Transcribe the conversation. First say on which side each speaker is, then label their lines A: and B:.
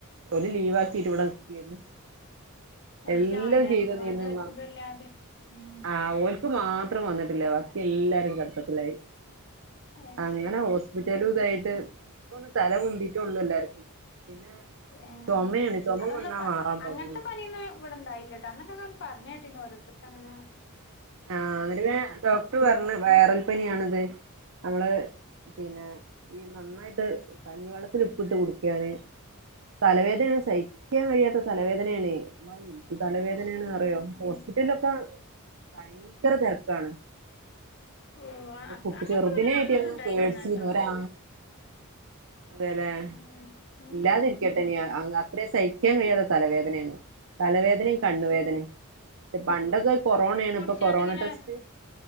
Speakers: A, on the right; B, on the left.
A: ഓല് ലീവ് ആക്കീട്ട് ഇവിടെ നിക്കേര്ന്നു
B: അത്
A: എല്ലാം
B: ശ ആ എല്ലാർക്കും
A: ചെയ്ത് തന്നീന്നത്
B: പാടെ
A: മാപ.
B: സുഖല്ലാതെ ഉം
A: ആഹ് ഓൽ ക്ക് മാത്രം വന്നിട്ടില്ല ബാക്കി എല്ലാരും കടത്തത്തിലായി
B: അത്
A: അങ്ങനെ
B: ശരി
A: ഹോസ്പിറ്റലും ഇതായിട്ട് ഇപ്പൊന്ന് തല പൊന്തീട്ട് ഉള്ളൂ എല്ലാർക്കും പിന്നെ
B: ഏഹ്
A: ചുമയാണ് ചുമ
B: അതൊന്നുപ്പ
A: വന്നാ മാറാൻ പണിയാണ്
B: അങ്ങനത്തെ പനിയൊന്നും ഇവടെ ണ്ടായില്ലട്ടോ. അന്നൊക്കെ പറഞ്ഞ് കേട്ടീന്നു ഓരോര്ത്തർക്ക്ങ്ങനെ
A: ആഹ് ന്നിട്ട് പിന്നെ ഡോക്ടർ പറഞ്ഞു വൈറൽ പനിയാണിത് നമ്മള് പിന്നെ ഈ നന്നായിട്ട് കഞ്ഞിവെള്ളത്തില് ഇപ്പിട്ട് കുടിക്കാന് തലവേദനയാണ് സഇ വേദനേണ് അള്ളാ എന്ത് തലവേദനേണ്
B: അയ് ശരി
A: അറിയോ
B: ഏഹ്
A: ഹോസ്പിറ്റലിലൊക്കെ ഭയങ്കര തെരക്കാണ്
B: ഓഹ്
A: കുട്ടി
B: അങ്ങനത്തെ
A: ചെറുതിനെയായിട്ട്
B: പനിയൊന്നും അന്നൊന്നും
A: ഞാനൊന്ന്
B: ഇണ്ടായില്ലന്നാട്ടോ
A: പേടിച്ചീന്നു ഒരാ അതെല്ലെ
B: ഏഹ് ഏഹ്
A: ഇല്ലാതിരിക്കട്ടെ ഇനി അത്രേ സഹി സഹിക്കാൻ കഴിയാത്ത തലവേദനയാണ്. തലവേദനയും
B: അത്
A: കണ്ണുവേദനയും
B: ശരി
A: പണ്ടൊക്കെ കൊറോണയാണ് ഇപ്പൊ
B: <unintelligible>
A: കൊറോണ
B: ഇങ്ങനെ
A: ടെസ്റ്റ്